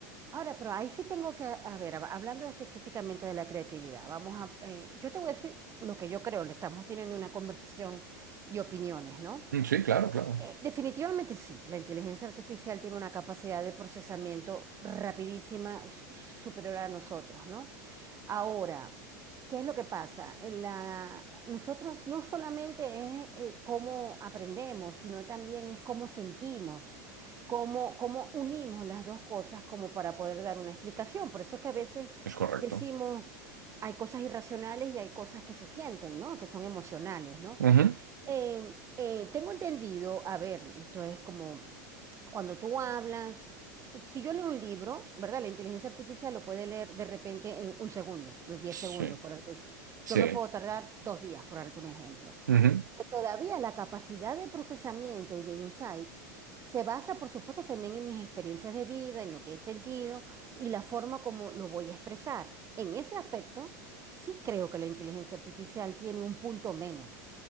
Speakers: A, on the right; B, on the right.
A: Ahora, pero ahí sí tengo que, a ver, hab- hablando específicamente de la creatividad, vamos a, eh, yo te voy a decir lo que yo creo, le estamos teniendo una conversación de opiniones, ¿no?
B: Mm, Sí, claro, claro.
A: Eh, definitivamente sí, la inteligencia artificial tiene una capacidad de procesamiento rapidísima su- superior a nosotros, ¿no? Ahora, ¿qué es lo que pasa? En la- nosotros no solamente es eh, cómo aprendemos, sino también es cómo sentimos, cómo, cómo unimos las dos cosas como para poder dar una explicación. Por eso es que a veces
B: Es correcto.
A: decimos, hay cosas irracionales y hay cosas que se sienten, ¿no? Que son emocionales, ¿no?
B: Ujú.
A: Eh, eh, tengo entendido, a ver, esto es como cuando tú hablas, si yo leo un libro, ¿verdad? La inteligencia artificial lo puede leer de repente en un segundo, de diez
B: Sí,
A: segundos, por darte decir.
B: sí.
A: Yo me puedo tardar dos días, por darte un ejemplo.
B: Ujú.
A: Todavía la capacidad de procesamiento y de insights se basa, por supuesto, también en mis experiencias de vida, en lo que he sentido y la forma como lo voy a expresar. En ese aspecto, sí creo que la inteligencia artificial tiene un punto menos.